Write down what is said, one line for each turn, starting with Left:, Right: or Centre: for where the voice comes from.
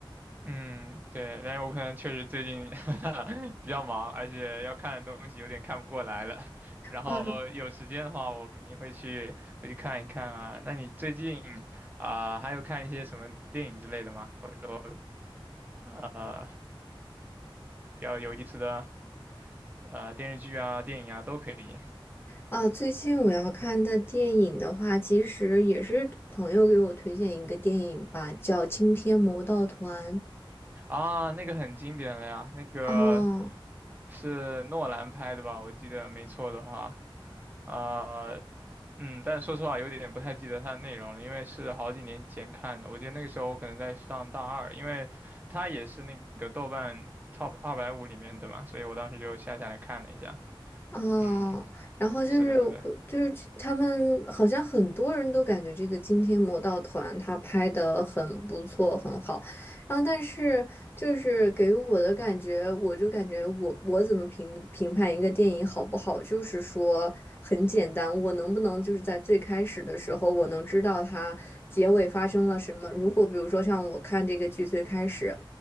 Right: 嗯，对，但是我可能确实最近 <laughs> 比较忙，而且要看的东西有点看不过来了。然后有时间的话，
Left: 哇
Right: 我肯定会去会去看一看啊。那你最近啊，还有看一些什么电影之类的吗？或者说呃。比较有意思的呃电视剧啊、电影啊都可以
Left: 啊！最近我要看的电影的话，其实也是朋友给我推荐一个电影吧，叫《惊天魔盗团》。
Right: 啊。那个很经典了呀，那个
Left: 哦，
Right: 是诺兰拍的吧？我记得没错的话，啊、嗯，但说实话有点不太记得它的内容了，因为是好几年前看的。我记得那个时候我可能在上大二，因为它也是那个豆瓣 Top 二百五里面的嘛，所以我当时就下下来看了一下。
Left: 哦，
Right: 嗯，
Left: 然后就是会就是他们好像很多人都感觉这个惊天魔盗团他拍的很不错很好，
Right: 是的，是的。
Left: 然后但是就是给我的感觉，我就感觉我我怎么评评判一个电影好不好，就是说很简单，我能不能就是在最开始的时候我能知道它结尾发生了什么？如果比如说像我看这个剧最开始。